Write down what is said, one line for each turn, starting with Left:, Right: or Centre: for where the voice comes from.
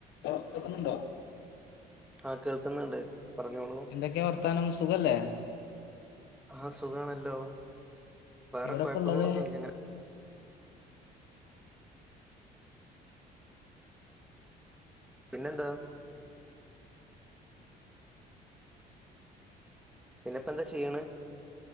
Left: Hello കേൾക്കുന്നുണ്ടോ?
Centre: ആഹ് കേൾക്കുന്നുണ്ട് പറഞ്ഞോളൂ.
Left: എന്തൊക്കെയാ വർത്താനം സുഖല്ലെ?
Centre: ആഹ് സുഖാണല്ലോ വേറെ
Left: എവിടെപ്പള്ളത്
Centre: കുഴപ്പങ്ങളൊന്നുല്ല ഇങ്ങനെ പിന്നെന്താ? പിന്നെ ഇപ്പ എന്താ ചെയ്യണ്?